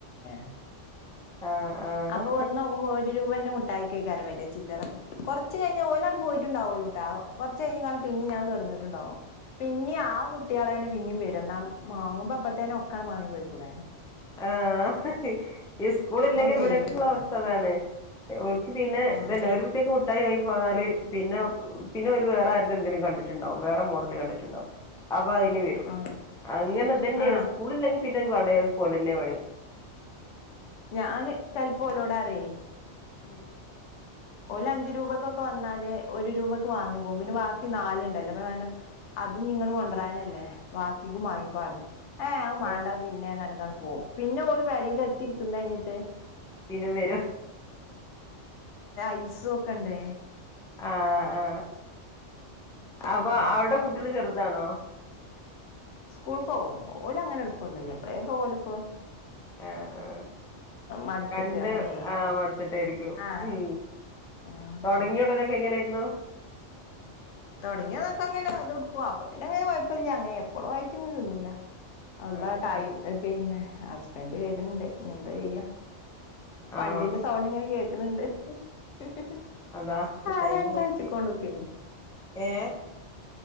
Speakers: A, on the left (about 75°); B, in the centre.
A: <unintelligible>
B: ആഹ് ആഹ്
A: അപ്പൊ വന്ന് നോക്കുമ്പൊ ഒരു രൂപേന്റെ മുട്ട- ട്ടയ്ക്കയ്ക്കാരം വര ചില്ലറ കുറ- കുറച്ച് കഴിഞ്ഞ ഓലങ്ങട്ട് പോയിട്ടുണ്ടാവുള്ളൂട്ടാ കുറച്ചഴിഞ്ഞ കാണ പിന്നെ ഞാൻ കിടന്നട്ടുണ്ടാവും പിന്നെ ആ കുട്ട്യാളന്നെ പിന്നേം വരും എന്നാ വാങ്ങുമ്പോ അപ്പത്തേന്നെ ഒക്കണ് വാങ്ങി പോയ്ക്കൂടെ
B: ആഹ് ഇസ്കൂൾ ഇല്ലെങ്കിൽ
A: അത്
B: ഇവിടെക്കുള്ള
A: ചെയ്യൂല്ല
B: അവസ്ഥ അതാണ് ഓൽക്ക് പിന്നെ
A: ആഹ്
B: ഇതന്നെ ഒരു റുപ്പിക്ക് മുട്ടായി വാങ്ങി- പറഞ്ഞാല് പിന്നെ പിന്നെ ഓല് വേറെ ആര്ടെ എന്തേലും കണ്ടിട്ടുണ്ടാവും വേറെ മോഡല് കണ്ടിട്ടുണ്ടാവും പിന്നെ അയ്ന് വരും
A: ആഹ്
B: അങ്ങനെതന്നെയാണ്
A: ആഹ്
B: സ്കൂളങ്കി പിന്നെ ഒരു വടയും പോലെന്നെയപണി
A: ഞാന് ചെല പോലോടാറേ
B: ഉം
A: ഓല് അഞ്ചുരൂപക്കൊക്കെ വന്നാല് ഒരു രൂപക്ക് വാങ്ങിപ്പോം പിന്നെ ബാക്കി നാലുണ്ടല്ലോ അപ്പ അതിനിങ്ങട്ട് കൊണ്ടിരാനല്ലേ ബാക്കിക്കും വാങ്ങിക്കോ പർഞ്ഞ് ഏ അത് മാണ്ട
B: ആ
A: പിന്നേ നർഞ്ങ്ങാണ്ട് പോം പിന്നെ ഓല് പെരീലെത്തി തിന്നയ്ഞ്ഞിട്ട്
B: പിന്നിം വരും
A: പൈസ ഒക്കണ്ടേ
B: ആ ആ അപ്പൊ
A: അപ്പ അങ്ങനെ
B: അവിടെ കൂട്ട്യോള് ചെറുത- ർതാണോ
A: സ്കൂൾക്ക് പോകും ഓലങ്ങനെ എടുക്കൊന്നില്ല എപ്പളെങ്കിലും ഓൽക്കും
B: ആ ആ
A: മടുത്തിട്ട്
B: കണ്ട്
A: അങ്ങനെ
B: ആ മടുത്തിട്ടായിരിക്കും
A: ആഹ്
B: ഉം
A: ആഹ്
B: തുടങ്ങിയ ഉടനൊക്കെ എങ്ങനെ നു
A: തുടങ്ങിയ നൊക്ക അങ്ങനെ അത്ടുക്കും അപ്പൊ പിന്നെ അങ്ങനെ കൊഴപ്പല്ല അങ്ങനെ എപ്പളും ആയിട്ട് ഇങ്ങെ തിന്നൂല അല്ലാ
B: ആഹ്
A: ടൈം
B: ആഹ്
A: പിന്നെ ഹസ്ബൻഡ് വരുണ്ട് എന്താ ചെയ്യാ പണ്ടിന്റെ
B: ആണോ
A: സൗണ്ട് ഇങ്ങനെ കേൾക്കണണ്ട് <unintelligible>
B: അതാ
A: ആരാ
B: തൈമ
A: എന്താ
B: ആയിട്ട
A: വെച്ചക്കോണ്ട്ക്കേ
B: ഏ